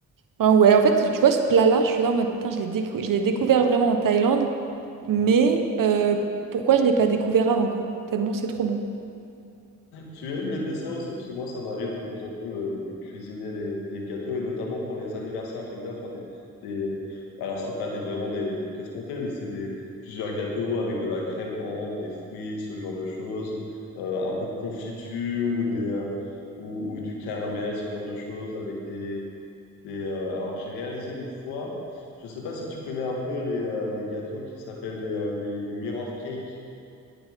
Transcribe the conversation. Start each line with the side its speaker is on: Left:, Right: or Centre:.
Right: enfin, ouais, en fait, tu vois ce plat-là, je suis là en mode putain, je l'ai décou- je l'ai découvert vraiment en Thaïlande, mais euh, pourquoi je l'ai pas découvert avant quoi? Tellement c'est trop bon.
Left: Tu aimes les desserts aussi? Parce que moi, ça m'arrive de temps en temps de, de cuisiner les, les gâteaux et notamment pour les anniversaires, j'aime bien faire des, des... Alors, c'est pas des, vraiment des, des pièces montées, mais c'est des plusieurs gâteaux avec de la crème ambre, des fruits, ce genre de choses, euh, un peu de confiture ou des euh, ou, ou du caramel, ce genre de choses avec des des. euh, Alors, j'ai réalisé une fois, je sais pas si tu connais un peu les, euh, les gâteaux qui s'appellent les, euh, les, les mirror cakes.